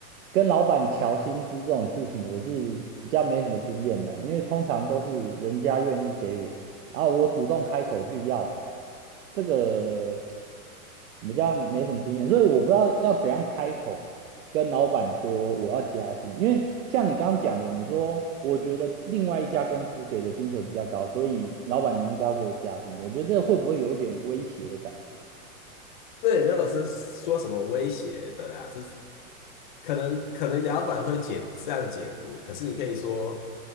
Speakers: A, on the right; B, on the left.
A: 跟老板调薪资这种事情，我是比较没什么经验的，因为通常都是人家愿意给我，然后我主动开口去要，这个比较没什么经验，所以我不知道要怎样开口跟老板说我要加薪，因为像你刚刚讲的，你说我觉得另外一家公司给的薪水比较高，所以老板你应该要给我加薪，我觉得这会不会有一点威胁的感觉
B: 这也没有是说什么威胁的啦，这可能可能老板会解这样解读，可是你可以说，